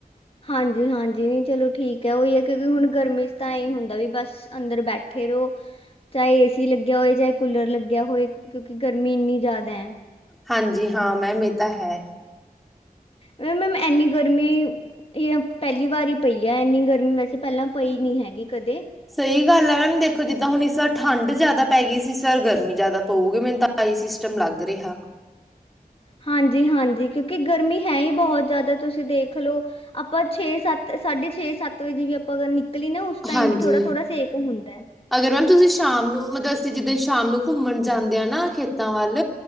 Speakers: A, on the left; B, in the centre.
A: ਹਾਂਜੀ ਹਾਂਜੀ ਨੀ ਚਲੋ ਠੀਕ ਐ ਓਈ ਐ ਕਿਉਂਕਿ ਹੁਣ ਗਰਮੀ ਚ ਤਾਂ ਐ ਈ ਹੁੰਦਾ ਵੀ ਬਸ ਅੰਦਰ ਬੈਠੇ ਰੋ ਚਾਏ ਏ ਸੀ ਲੱਗਿਆ ਹੋਏ, ਚਾਏ ਕੂਲਰ ਲੱਗਿਆ ਹੋਏ ਕਿਉਂਕਿ ਗਰਮੀ ਇੰਨੀ ਜ਼ਿਆਦਾ ਐ।
B: ਹਾਂਜੀ ਹਾਂ ਮੈਮ ਏ ਤਾ ਹੈ।
A: ਵੇ ਮੈਮ ਇੰਨੀ ਗਰਮੀ ਇਹ ਪਹਿਲੀ ਵਾਰ ਈ ਪਈ ਆ ਇੰਨੀ ਗਰਮੀ ਵੈਸੇ ਪੈਲਾਂ ਪਈ ਨੀ ਹੈਗੀ ਕਦੇ
B: ਸਈ ਗੱਲ ਐ ਮੈਮ ਦੇਖੋ ਜਿੱਦਾਂ ਹੁਣ ਇਸ ਵਾਰ ਠੰਡ ਜਾਦਾ ਪੈ ਗਈ ਸੀ ਇਸ ਵਾਰ ਗਰਮੀ ਜਾਦਾ ਪਊਗੀ ਮੈਨੂੰ ਤਾਂ ਆਈ ਸਿਸਟਮ ਲੱਗ ਰਿਹਾ।
A: ਹਾਂਜੀ ਹਾਂਜੀ ਕਿਉਂਕਿ ਗਰਮੀ ਹੈ ਈ ਬਹੁਤ ਜਾਦਾ ਤੁਸੀਂ ਦੇਖ ਲਓ ਆਪਾਂ ਛੇ ਸੱਤ ਸਾਢੇ ਛੇ ਸੱਤ ਵਜੇ ਵੀ ਆਪਾਂ ਨ। ਕਲੀ ਅ ਨਾ ਉਸ ਟਾਈਮ
B: ਹਾਂਜੀ
A: ਵੀ ਥੋੜਾ-ਥੋੜਾ ਸੇਕ ਹੁੰਦਾ ਐ।
B: ਅਗਰ ਮੈਮ ਤੁਸੀਂ ਸ਼ਾਮ ਨੂੰ ਮਤਲਬ ਅਸੀਂ ਜਿੱਦਣ ਸ਼ਾਮ ਨੂੰ ਘੁੰਮਣ ਜਾਂਦੇ ਅ ਨਾ ਖੇਤਾਂ ਵੱਲ।